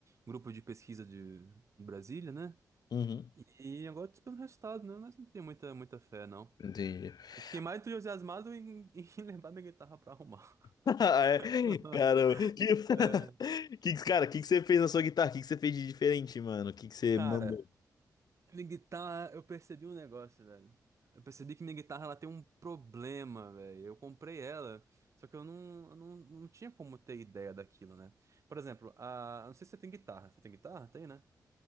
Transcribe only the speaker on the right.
grupo de pesquisa de, de Brasília, né?
E agora tô esperando o resultado, né? Mas não tenho muita, muita fé, não.
Eu fiquei mais entusiasmado em, <laughs> em levar minha guitarra pra arrumar.
<laughs>
É,
Cara,
minha guitarra, eu percebi um negócio, velho. Eu percebi que minha guitarra ela tem um problema, velho. Eu comprei ela, só que eu não, eu não, não tinha como ter ideia daquilo, né? Por exemplo, a, eu não sei se você tem guitarra. Você tem guitarra? Tem, né?